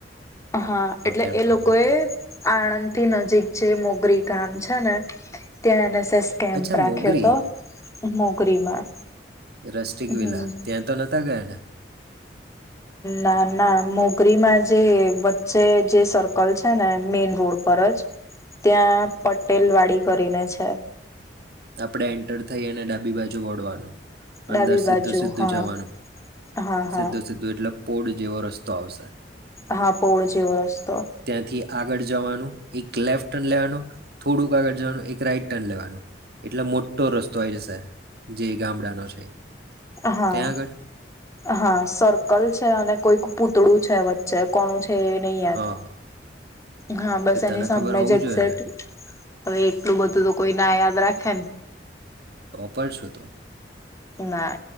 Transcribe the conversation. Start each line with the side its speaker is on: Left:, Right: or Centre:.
Left: હા! એટલે
Right: કેમ
Left: એ
Right: પાડો
Left: લોકો
Right: હતો
Left: એ આણંદ થી ન <inaudible> મોગરી ગામ છે ને ત્યાં એને <inaudible> સ કેમ્પ
Right: અચ્છા
Left: રાખ્યો
Right: મોગરી
Left: તો મોગરીમાં.
Right: રસ્ટિક
Left: હમ
Right: વિલા ત્યાં તો નતા ગયા ને.?
Left: ના ના મોગરીમાં જે વચ્ચે જે સર્કલ છે ને મેઈન રોડ પર જ ત્યાં પટેલ વાડી કરીને છે.
Right: આપડે એન્ટર થઈ અને ડાબી બાજુ વળવાનું
Left: ડાબી
Right: અંદર સીધું
Left: બાજુ
Right: સીધું
Left: હા
Right: જવાનું
Left: હા હા
Right: સીધું સીધું એટલે પોડ જેવો રસ્તો આવશે.
Left: હા પોળ જેવો રાસ્તો
Right: ત્યાંથી આગળ જવાનું એક લેફ્ટ ટર્ન લેવાનું થોડુંક આગળ જવાનું એક રાઈટ ટર્ન લેવાનું એટલો મોટો રસ્તો આય જસે જે ગામડાનો છે.
Left: હા
Right: ત્યાં આગળ
Left: હા સર્કલ છે અને. કોઈ પૂતળું છે વચ્ચે કોણું છે. છે નહી યાદ
Right: હા હા
Left: હા બસ
Right: એ
Left: એની
Right: તને
Left: સામેમે
Right: ખબર હોવું
Left: જ એક્ઝેક્ટ
Right: જોઈએ ને
Left: હવે એટલું બધું તો કોઈ. ના યાદ રાખેન.
Right: ટોપર છ તો.
Left: ના